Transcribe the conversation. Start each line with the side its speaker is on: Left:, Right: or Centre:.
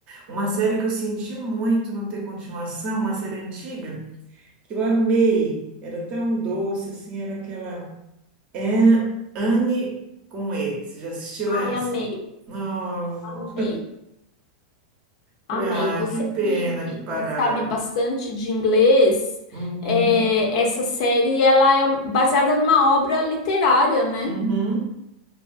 Right: Uma série que eu senti muito não ter continuação, uma série antiga, que eu amei, era tão doce, assim, era aquela An- Anne com E. Você já assistiu essa?
Left: Ai, amei,
Right: Não,
Left: amei,
Right: pra,
Left: amei. Você
Right: que pena
Left: que, que,
Right: que pararam.
Left: que sabe bastante de inglês,
Right: Uhum,
Left: é, essa série, ela é um, baseada numa obra literária, né?
Right: uhum.